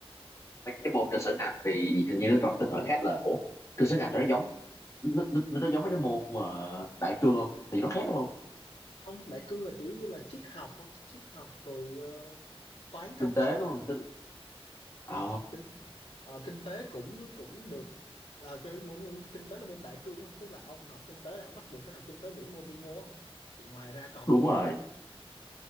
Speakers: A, on the left; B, on the left.
A: mấy cái môn trên sân ngành thì hình như nó còn tên gọi khác là ủa trên sân Anh nó giống nó, nó, nó giống mấy cái môn mà đại cương không thì nó khác đúng không
B: ông đại cương là kiểu như là triết học á, triết học rồi ờ, toán cao
A: kinh tế
B: cấp
A: đúng
B: thôi
A: không Kinh- Ờ,
B: ông kinh ờ, kinh tế cũng cũng được là cái môn, môn kinh tế là môn đại cương không tức là ông học kinh tế là ông bắt buộc phải học kinh tế vĩ mô vi mô không thì ngoài ra còn
A: đúng
B: cái gì
A: rồi
B: nữa không